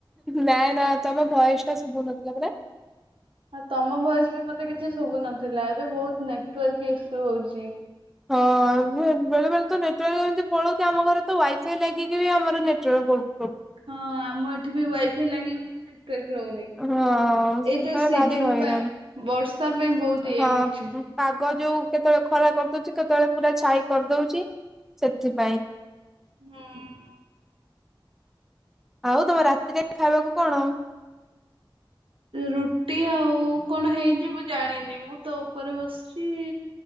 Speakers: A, in the centre; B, on the right (about 85°).
A: ନା ନା ତମ ଭଏସ ଟା ଶୁଭୁନଥିଲା ପରା।
B: ହଁ ତମ ଭୟସ ବି ମତେ କିଛି ଶୁଭୁନଥିଲା ଏବେ ବହୁତ ନେଟୱାର୍କ ଇସ୍ୟୁ ହଉଛି।
A: ହଁ ଏ ବେ ବେଳେ ବେଳେ ତ ନେଟୱାର୍କ ଏମିତି ପଳଉଛି ଆମ ଘରେ ତ ୱାଇ ଫଫାଇ ଲାଗିକି ବି ଆମର ନେଟୱାର୍କ ପ
B: ହଁ ଆମ ଏଠି ବି ୱାଇ ଫାଇ ଲାଗି ବି ନେଟୱାର୍କ ରହୁନି।
A: ହଁ ସେଥିପାଇଁ
B: ଏଇ ଯୋଉ ସିଜନ
A: ଭାରି ହଇରାଣ
B: ପାଇଁ ବର୍ଷା ପାଇଁ ବହୁତ ଇଏ
A: ହଁ
B: ହଉଛି।
A: ପାଗ ଯୋଉ କେତେବେଳେ ଖରା କରିଦଉଛି କେତେବେଳେ ପୁରା ଛାଇ କରିଦଉଛି ସେଥିପାଇଁ।
B: ହୁଁ
A: ଆଉ ତମ ରାତିରେ ଖାଇବାକୁ କଣ?
B: ରୁଟି ଆଉ କଣ ହେଇଯି ମୁଁ ଜାଣିନି। ମୁଁ ତ ଉପରେ ବସିଛି।